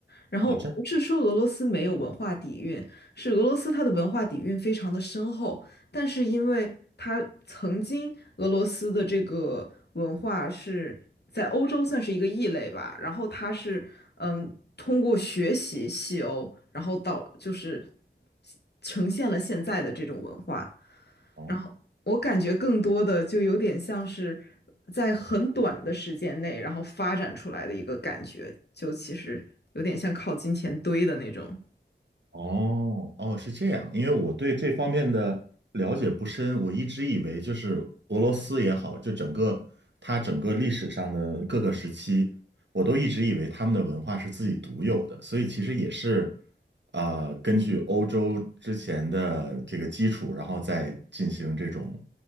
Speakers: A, on the left (about 60°); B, on the right (about 70°).
A: 然后不是说俄罗斯没有文化底蕴，
B: 哦，真的
A: 是俄罗斯它的文化底蕴非常的深厚，但是因为它曾经俄罗斯的这个文化是在欧洲算是一个异类吧，然后它是嗯通过学习西欧，然后到，就是呈现了现在的这种文化，
B: 哦。
A: 然后我感觉更多的就有点像是在很短的时间内，然后发展出来的一个感觉，就其实有点像靠金钱堆的那种。
B: 哦哦，是这样，因为我对这方面的了解不深，我一直以为就是俄罗斯也好，就整个它整个历史上的各个时期，我都一直以为他们的文化是自己独有的，所以其实也是，呃，根据欧洲之前的这个基础，然后再进行这种